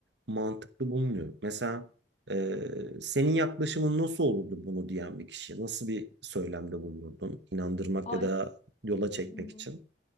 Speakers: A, on the right; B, on the left.
A: mantıklı bulmuyorum. Mesela e, senin yaklaşımın nasıl olurdu bunu diyen bir kişi? Nasıl bir söylemde bulunurdun? İnandırmak
B: Ay,
A: ya da yola çekmek
B: Hı hı.
A: için?